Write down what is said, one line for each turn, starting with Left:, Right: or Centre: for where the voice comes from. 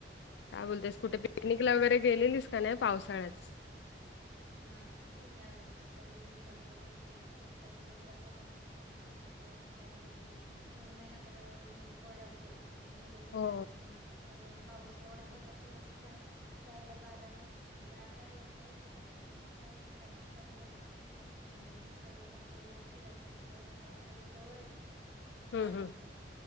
Left: काय बोलतेयस,
Right: हो
Left: कुठे पिकनिकला
Right: हो
Left: वगैरे गेलेलीस का, नाय पावसाळ्यात.
Right: नाही ग, या वेळेस काही जमलं नाही जायचं, दरवेळेस जातो आम्ही. पण ह्या पाऊसात, कारण जून महिना तर, म्हणजे कोरडाच गेला. आणि, जुलई महिन्यात
Left: हो
Right: म्हटले तर पाऊस एवढा होता की रस्त्यावर जायला जागा नव्हती म्हणजे आठ दहा दिवस पाऊस होता पण काय जायचं जमलं नाही. हम्म असं आमच्या इकड फिरायला अस लोणावळा वगैरे जवळ ये छान
Left: हम्म हम्म
Right: आहे तिथं पण